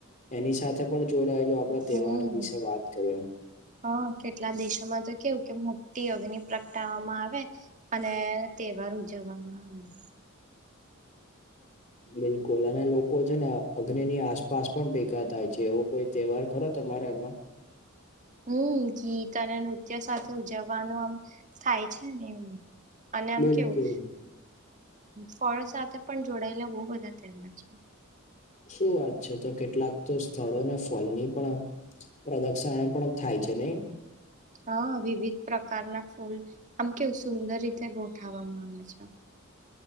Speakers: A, on the left; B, on the right.
A: એની સાથે પણ જોડાયેલું આ આપણા તહેવાર
B: હમ
A: વિશે વાત કરીએ.
B: હા કેટલા દેશોમાં તો કેવું કે મોટી અગ્નિ પ્રગટાવામાં આવે. અને તહેવાર ઉજવવામાં આવે.
A: બિલકુલ અને લોકો છે ને અગ્નિ ની આસપાસ પણ ભેગા થાય છે એવો કોઈ તહેવાર ખરો તમારા એમાં?
B: હમ્મ ગીત અને નૃત્ય સાથે ઉજવવાનું આમ, થાય છે ને એમ. અને આમ
A: બિલકુલ
B: કેવું, ફળ સાથે પણ જોડાયેલા બહું બધા તહેવાર છે.
A: શું વાત છે તો કેટલાક તો સ્થળોને ફલની પણ પ્રદશણ એ પણ થાય છે નહી.
B: હા વિવિધ પ્રકારના ફૂલ, આમ કેવું સુંદર રીતે ગોઠવવામાં આવે છે.